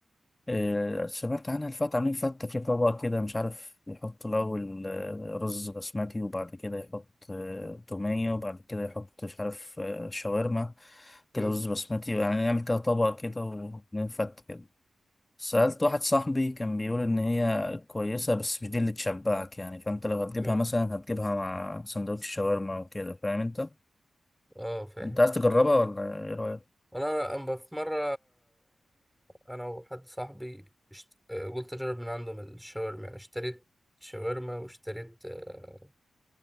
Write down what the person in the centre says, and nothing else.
أمم،
أمم.
اه فاهم
وأنا أما في مرة أنا وحد صاحبي اشت... آه، قلت أجرب من عندهم الشاورما يعني اشتريت شاورما واشتريت آه،